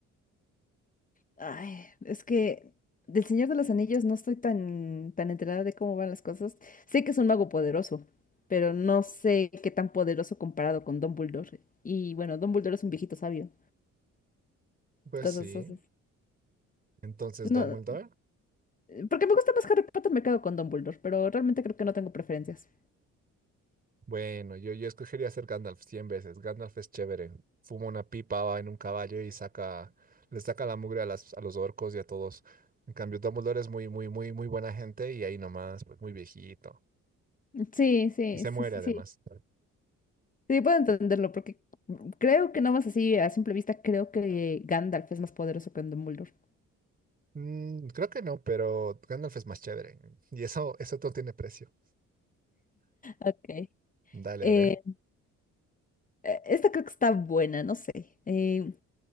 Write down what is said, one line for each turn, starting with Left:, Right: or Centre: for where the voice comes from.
Left: Ay, es que del Señor de los Anillos no estoy tan, tan enterada de cómo van las cosas. Sé que es un mago poderoso, pero no sé qué tan poderoso comparado con Dumbledore. Y bueno, Dumbledore es un viejito sabio.
Right: Pues
Left: Entonces,
Right: sí. Entonces,
Left: no,
Right: Dumbledore.
Left: eh, porque me gusta más Harry Potter, me quedo con Dumbledore, pero realmente creo que no tengo preferencias.
Right: Bueno, yo, yo escogería ser Gandalf cien veces. Gandalf es chévere. Fuma una pipa, va en un caballo y saca, le saca la mugre a, las, a los orcos y a todos. En cambio, Dumbledore es muy, muy, muy, muy buena gente y ahí nomás, pues muy viejito.
Left: Sí, sí,
Right: Y se
Left: sí,
Right: muere
Left: sí.
Right: además.
Left: Sí, Sí, puedo entenderlo, porque creo que no más así a simple vista, creo que Gandalf es más poderoso que Dumbledore.
Right: Mm, creo que no, pero Gandalf es más chévere. Y eso, eso no tiene precio.
Left: Ok.
Right: Dale,
Left: Eh,
Right: a ver.
Left: eh, esta creo que está buena, no sé. Eh,